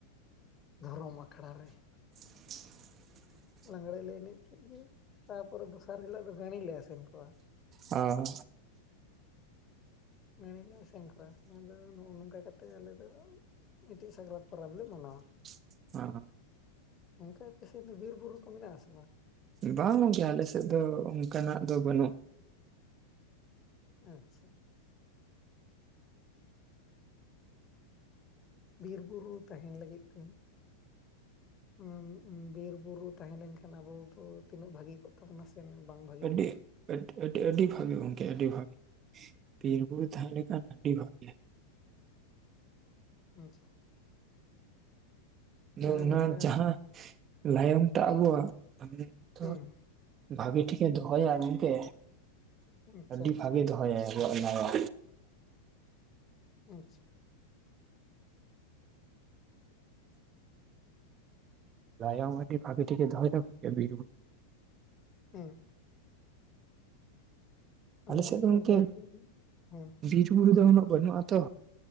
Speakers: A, on the left; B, on the right.
A: ᱫᱷᱚᱨᱚᱢ ᱟᱠᱷᱲᱟ ᱨᱮ᱾
B: <inaudible>
A: ᱞᱟᱸᱽᱲᱮ ᱞᱮ ᱮᱱᱮᱡ ᱠᱮᱫ ᱜᱮ ᱛᱟᱯᱚᱨᱮ ᱫᱚᱥᱟᱨ ᱦᱤᱞᱳᱜ ᱫᱚ ᱜᱟᱹᱲᱤ ᱞᱮ ᱟᱥᱮᱱ ᱠᱚᱣᱟ᱾
B: ᱟ
A: ᱜᱟᱹᱲᱤ ᱞᱮ ᱟᱥᱮᱱ ᱠᱚᱣᱟ ᱟᱫᱚ ᱱᱚᱜᱼᱚ ᱱᱚᱝᱠᱟ ᱠᱟᱛᱮᱜ ᱟᱞᱮ ᱫᱚ ᱤᱴᱤ ᱥᱟᱠᱨᱟᱛ ᱯᱚᱨᱚᱵ ᱞᱮ ᱢᱟᱱᱟᱣᱟ᱾
B: <unintelligible>
A: ᱱᱚᱝᱠᱟ ᱟᱯᱮᱥᱮᱫ ᱫᱚ ᱵᱤᱨ ᱵᱩᱨᱩ ᱠᱚ ᱢᱮᱱᱟᱜ ᱟᱥᱮ ᱵᱟᱝ?
B: ᱵᱟᱝ ᱜᱚᱝᱠᱮ ᱟᱞᱮᱥᱮᱫ ᱫᱚ ᱚᱱᱠᱟᱱᱟᱜ ᱫᱚ ᱵᱟᱹᱱᱩᱜᱼᱟ᱾
A: ᱟᱪᱪᱷᱟ᱾ ᱵᱤᱨ ᱵᱩᱨᱩ ᱛᱟᱦᱮᱱ ᱞᱟᱹᱜᱤᱫ ᱛᱮ ᱩᱸ ᱩᱸ ᱵᱤᱨ ᱵᱩᱨᱩ ᱛᱟᱦᱮᱸ ᱞᱮᱱᱠᱷᱟᱱ ᱫᱚ ᱟᱵᱚ ᱫᱚ ᱛᱤᱱᱟᱹᱜ ᱵᱷᱟᱹᱜᱤ ᱠᱚᱜ ᱛᱟᱵᱚᱱᱟ ᱥᱮ ᱾ ᱛᱤᱱᱟᱹᱜ ᱵᱟᱝ ᱵᱷᱟ
B: ᱟᱹᱰᱤ ᱟᱹᱴ ᱟᱹᱴ ᱟᱹᱰᱤ ᱵᱷᱟᱜᱮ ᱜᱚᱝᱠᱮ, ᱟᱹᱰᱤ ᱵᱷᱟᱜᱮ ᱵᱤᱨᱵᱩᱨᱩ ᱛᱟᱦᱮᱸ ᱞᱮᱠᱷᱟᱱ ᱟᱹᱰᱤ ᱵᱷᱽᱟᱜᱮ
A: ᱢᱟᱪᱷᱟ
B: ᱟᱫᱚ
A: ᱡᱟᱦᱟᱸ
B: ᱚᱱᱟ
A: ᱞᱮᱠᱟ
B: ᱡᱟᱦᱟᱸ ᱞᱟᱭᱚᱝ ᱛᱟᱜ ᱟᱵᱚᱣᱟᱜ <unintelligible>
A: ᱦᱮᱸ
B: ᱵᱷᱟᱜᱤ ᱴᱷᱤᱠᱮ ᱫᱚᱦᱚᱭᱟ ᱢᱮᱱᱛᱮ
A: ᱟᱪᱪᱷᱟ
B: ᱟᱹᱰᱤ ᱵᱷᱟᱜᱤ ᱫᱚᱦᱚᱭᱟᱭ ᱟᱵᱚᱣᱟᱜ ᱱᱚᱣᱟ
A: ᱟᱪᱪᱷᱟ ᱾
B: ᱞᱟᱭᱟᱢ ᱟᱹᱰᱤ ᱵᱷᱟᱹᱜᱤ ᱴᱷᱤᱠ ᱫᱚᱦᱚᱭ ᱮᱫᱟ ᱵᱤᱨ ᱵᱩᱨᱩ
A: ᱦᱮᱸ᱾ ᱟᱫᱚ
B: ᱟᱞᱮᱥᱮᱫ ᱫᱚ ᱜᱚᱝᱠᱮ
A: ᱚᱱᱠᱟ ᱡᱩᱫᱤ ᱦᱮᱸ
B: ᱵᱤᱨ ᱵᱩᱨᱩ ᱫᱚ ᱩᱱᱟᱹᱜ ᱵᱟᱹᱱᱩᱜᱼᱟᱛᱚ